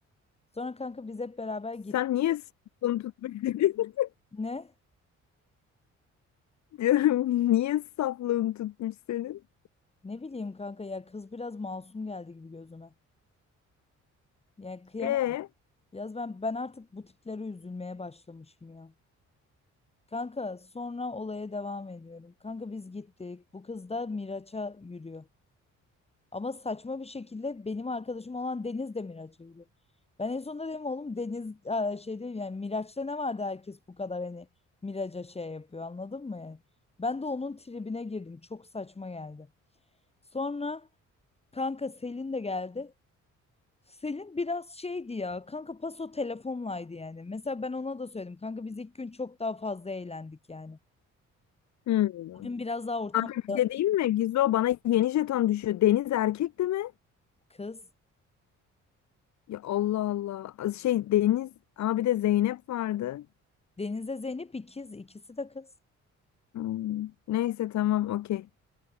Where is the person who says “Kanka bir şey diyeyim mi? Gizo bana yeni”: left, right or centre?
Left